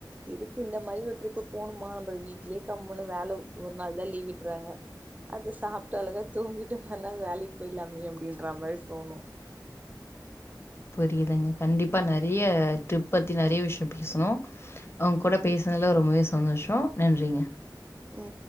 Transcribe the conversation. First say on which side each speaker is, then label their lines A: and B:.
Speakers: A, on the right; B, on the left.
A: எதுக்கு இந்த மாரி ஒரு ட்ரிப்பு போணுமா வீட்லியே கம்முனு வேல ஒரு நாள் தா லீவிட்டுறாங்க அத சா ட்டு அழகா தூங்கிட்டு மறுநாள் வேலைக்கு போய்ல்லாமே அப்பிடின்ற மாரி தோணு
B: புரியுதுங்க கண்டிப்பா நெறைய ட்ரிப் பத்தி நெறைய விஷ்யோ பேசணு அவுங்க கூட பேசனல ரொம்பவே சந்தோஷோ நன்றிங்க
A: ம்